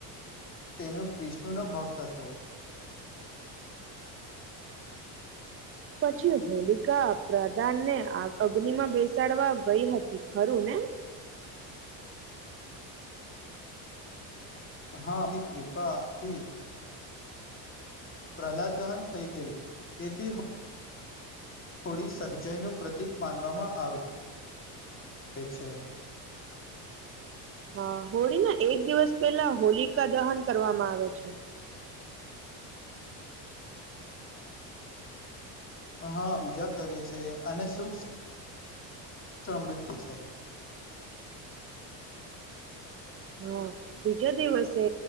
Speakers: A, on the left; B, on the right.
A: તેનો વિષ્ણુનો ભક્ત હતો
B: પછી હોલિકા પ્રધાનને અગ્નિ માં બેસાડવા ગઈ હતી ખરું ને
A: હાની કૃપાથી પ્રહલાદ દહન થઈ ગઈ તેથી થોડી સચાઈનું પ્રતિક માનવામાં આવે પી છે
B: હા હોળીના એક દિવસ પહેલા હોલિકા દહન કરવામાં આવે છે
A: હા પૂજા કરે છે અને સુખ સમૃદ્ધ છે
B: હા બીજા દિવસે